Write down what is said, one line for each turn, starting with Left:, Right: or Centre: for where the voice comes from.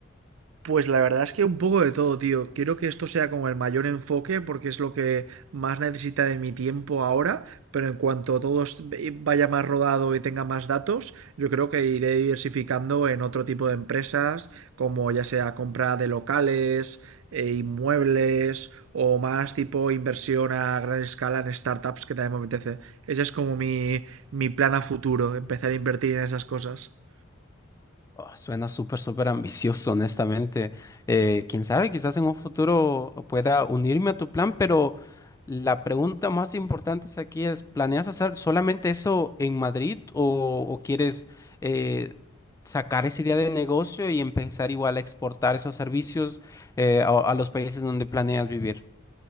Right: Pues la verdad es que un poco de todo, tío. Quiero que esto sea como el mayor enfoque porque es lo que más necesita de mi tiempo ahora, pero en cuanto todo es- vaya más rodado y tenga más datos, yo creo que iré diversificando en otro tipo de empresas, como ya sea compra de locales, eh, inmuebles o más tipo inversión a gran escala en startups que también me apetece. Ese es como mi, mi plan a futuro, empezar a invertir en esas cosas.
Left: Oh, suena súper, súper ambicioso, honestamente. Eh, quién sabe, quizás en un futuro pueda unirme a tu plan, pero la pregunta más importante es aquí es, ¿planeas hacer solamente eso en Madrid o, o quieres eh, sacar esa idea de negocio y empezar igual a exportar esos servicios eh, a, a los países donde planeas vivir?